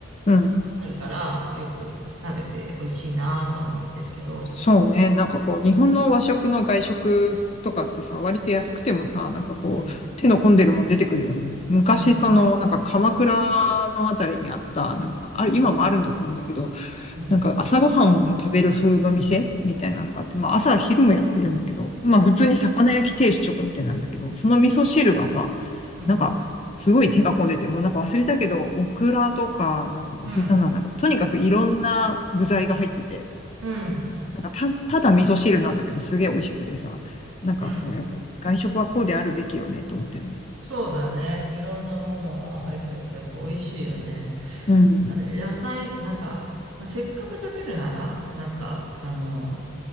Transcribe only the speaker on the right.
あるから、よく食べて美味しいなとは思ってるけど、
うん、
うん、
うん、
うん、
うん、
うん、
うん、
うん、
うん
そうだね。いろんなものが入ってるとやっぱ美味しいよね。
あれ野菜、なんか、まあせっかく食べるなら、なんか、あの、